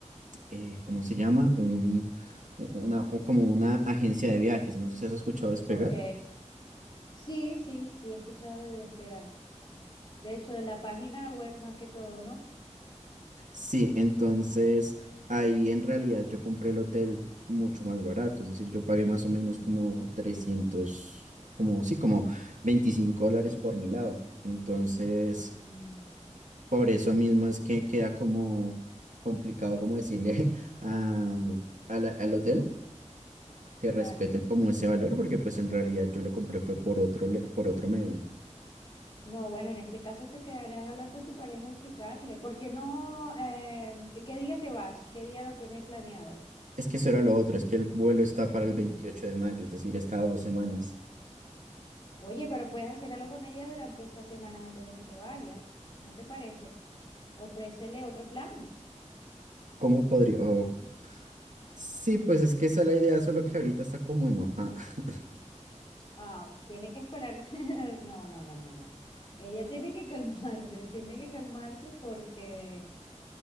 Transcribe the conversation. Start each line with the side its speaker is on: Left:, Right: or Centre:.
Right: eh, ¿cómo se llama? Un, u- una, o como una agencia de viajes, no sé si has escuchado Despegar.
Left: Ok. Sí, sí, sí, he escuchado de Despegar. De hecho, en la página web más que todo, ¿no?
Right: Sí, entonces ahí en realidad yo compré el hotel mucho más barato, es decir, yo pagué más o menos
Left: Mm,
Right: como 300 como sí, como 25 dólares por mi lado. Entonces...
Left: mm,
Right: Por eso mismo es que queda como complicado como decirle <laughs> al, a la- al hotel que
Left: claro.
Right: respeten como ese valor, porque pues en realidad yo lo compré fue por otro, le- por otro medio.
Left: No, bueno, en este caso te quedarás a hablar con tu pareja y explicarle. ¿Por qué no? em, ¿qué día te vas? ¿Qué día lo tienes planeado?
Right: Es que eso era lo otro, es que el vuelo está
Left: Mm,
Right: para el 28 de mayo, es decir, está a dos semanas.
Left: Oye, pero puedes hacer algo con ella durante estas semanas antes de que te vayas. ¿No te parece? Ofrécele otro plan.
Right: ¿Cómo podría? o- Sí, pues es que esa es la idea, solo que ahorita está como enojada. <laughs>
Left: Ah, tiene que esperar. <laughs> No, no, no, no, no. Ella tiene que calmarse, <laughs> tiene que calmarse porque